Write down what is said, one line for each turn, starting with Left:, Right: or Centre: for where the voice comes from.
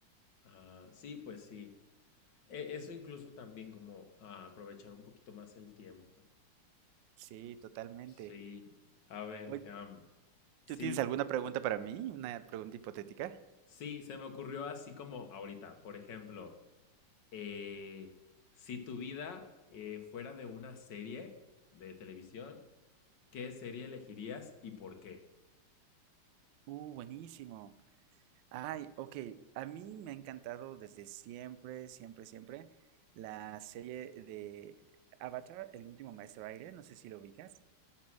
Left: Ah, sí, pues sí. E- eso incluso también como ah, aprovechar un poquito más el tiempo.
Right: Sí, totalmente.
Left: Sí. A ver,
Right: Oye,
Left: em, sí,
Right: ¿tú tienes alguna pregunta para mí? ¿Una pregunta hipotética?
Left: sí, se me ocurrió así como ahorita, por ejemplo, eh, si tu vida eh, fuera de una serie de televisión, ¿Qué serie elegirías y por qué?
Right: Uh, buenísimo. Ay, ok. A mí me ha encantado desde siempre, siempre, siempre la serie de Avatar, El último maestro aire. No sé si lo ubicas,